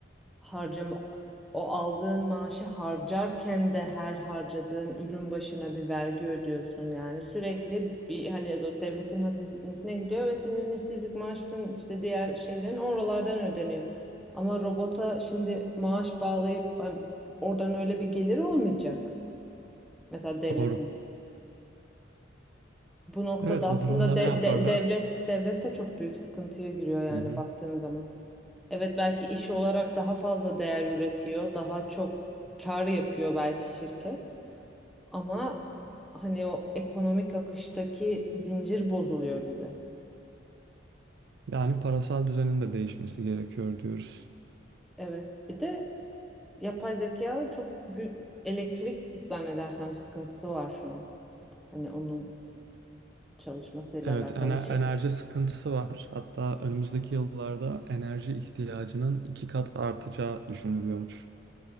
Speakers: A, in the centre; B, on the right (about 60°).
A: harcam o aldığın maaşı harcarken de her harcadığın ürün başına bir vergi ödüyorsun. Yani sürekli bir hani o devletin hazinesine gidiyor ve senin işsizlik maaşın işte diğer şeylerin oralardan ödeniyor. Ama robota şimdi maaş bağlayıp hani oradan öyle bir gelir olmayacak. Mesela devletin.
B: doğru.
A: Bu noktada
B: Evet,
A: aslında
B: o durumda
A: de-
B: ne yaparlar?
A: de- devlet devlet de çok büyük sıkıntıya giriyor yani
B: Hı hı.
A: baktığın zaman. Evet belki iş olarak daha fazla değer üretiyor, daha çok kar yapıyor belki şirket ama hani o ekonomik akıştaki zincir bozuluyor gibi.
B: Yani parasal düzenin de değişmesi gerekiyor diyoruz.
A: Evet. Bir de yapay zeka çok büyük elektrik zannedersem sıkıntısı var şu an. Hani onun çalışmasıyla
B: Evet,
A: alakalı
B: ene-
A: şey.
B: enerji sıkıntısı var. Hatta önümüzdeki yıllarda enerji ihtiyacının iki kat artacağı düşünülüyormuş.